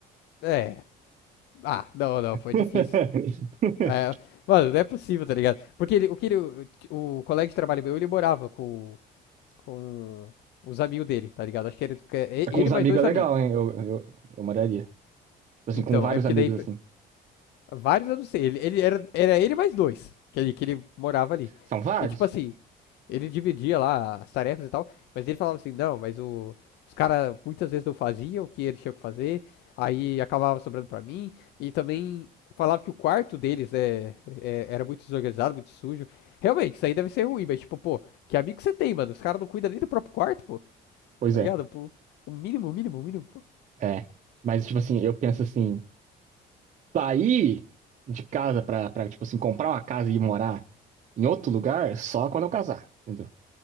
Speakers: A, on the left; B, on the right.
A: é. Ah, não, não, foi
B: <laughs>
A: difícil. É, mano, não é possível, tá ligado? Porque ele- o que ele, o, o colega de trabalho meu, ele morava com, com os amigos dele, tá ligado? Acho que ele, que é
B: com
A: ele
B: os
A: mais
B: amigos
A: dois
B: é legal,
A: amigos.
B: hein? Eu, eu, eu moraria. Tipo Assim,
A: Então,
B: com vários
A: é porque
B: amigos,
A: daí
B: assim.
A: Vários eu não sei. Ele, ele era, era ele mais dois, que ele, que ele morava ali.
B: São vários?
A: E tipo assim, ele dividia lá as tarefas e tal, mas ele falava assim, não, mas o, os caras muitas vezes não faziam o que eles tinham que fazer, aí acabava sobrando pra mim, e também falava que o quarto deles é, é- era muito desorganizado, muito sujo. Realmente, isso aí deve ser ruim, mas tipo, pô, que amigo você tem, mano? Os caras não cuidam nem do próprio quarto, pô,
B: Pois
A: tá
B: é,
A: ligado? Pô, o mínimo, o mínimo, o mínimo, pô.
B: é. Mas, tipo assim, eu penso assim, sair de casa pra, pra, tipo assim, comprar uma casa e ir morar em outro lugar só quando eu casar, entendeu?